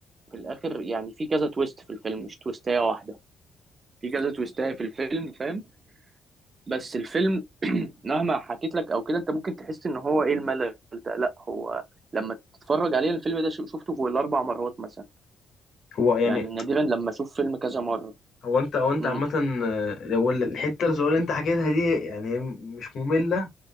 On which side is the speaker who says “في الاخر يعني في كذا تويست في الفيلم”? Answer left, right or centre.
Right